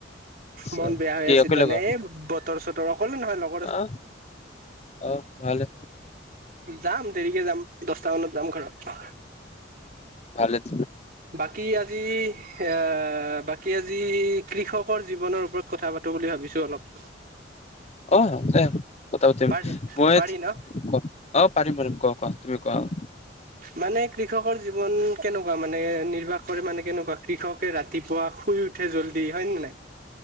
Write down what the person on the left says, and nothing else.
আচ্ছা
কি
অকলে
গ'ল
আহ অহ ভালে
ভালে আছানে
অহ দে কথা পাতিম
মই
ক অ পাতিম পাতিম কোৱা কোৱা তুমি কোৱা অ